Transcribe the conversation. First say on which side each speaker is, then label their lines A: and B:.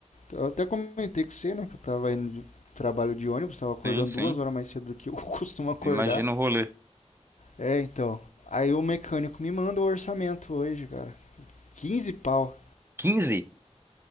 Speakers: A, on the left; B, on the right.
A: Eu até comentei com você, né? Que eu tava indo de trabalho de ônibus, tava acordando
B: sim, sim.
A: duas horas mais cedo do que eu <laughs> costumo acordar.
B: Imagina o rolê.
A: É, então. Aí o mecânico me manda o orçamento hoje, cara. quinze pau.
B: Quinze